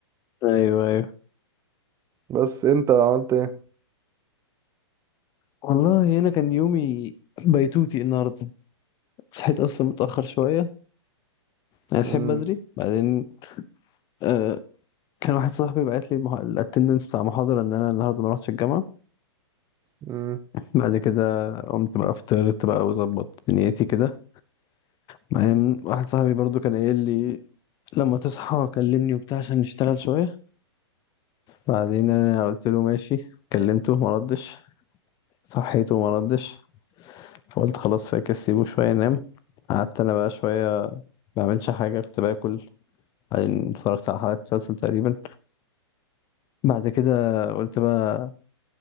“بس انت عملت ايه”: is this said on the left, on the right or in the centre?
Right